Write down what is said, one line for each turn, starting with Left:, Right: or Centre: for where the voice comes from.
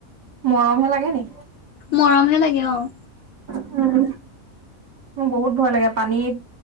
Right: মৰম হে লাগে নি?
Left: মৰম হে লাগে অ',
Right: মোৰ বহুত ভয় লাগে পানীত